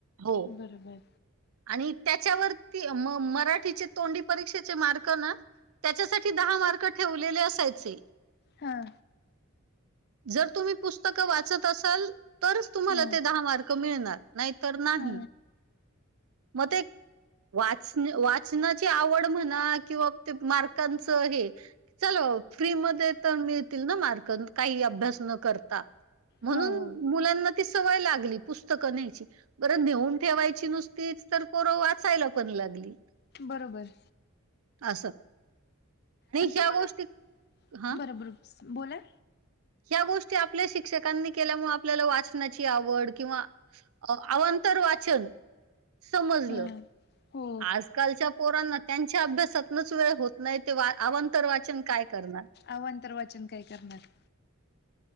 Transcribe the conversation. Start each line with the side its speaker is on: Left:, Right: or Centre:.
Right: हो.
Left: बरोबर.
Right: आणि त्याच्यावरती म मराठीचे तोंडी परीक्षेचे मार्क ना त्याच्यासाठी. दहा मार्क ठेवलेले असायचे.
Left: हा
Right: जर तुम्ही पुस्तकं वाचत असाल. तरच तुम्हाला
Left: हा
Right: ते दहा मार्क मिळणार नाहीतर नाही.
Left: हा
Right: मग ते वाच वाचनाची आवड म्हणे. किंवा मार्कांच हे. चल फ्री म तर मिळतील ना मार्क काही अभ्यास न करता. म्हणून
Left: हो हो
Right: मुलांना ती सवय लागली पुस्तकं न्यायची. बरं नेऊन ठेवायची नुसतीच तर पोरं वाचायला पण लागली.
Left: बरोबर.
Right: असं.
Left: आणि
Right: ह्या
Left: तुम्हाला
Right: गोष्टी हा
Left: बरोबर बोला.
Right: ह्या गोष्टी आपल्या शिक्षकांनी केल्यामुळे आपल्याला वाचनाची आवड किंवा. अ अवांतर वाचन समजलं.
Left: हा हो
Right: आजकालच्या पोरांना. त्यांच्या अभ्यासातूनच वेळ होत नाही ते अवंतर वाचन काय करणार.
Left: अवांंतर वाचन काय करणार.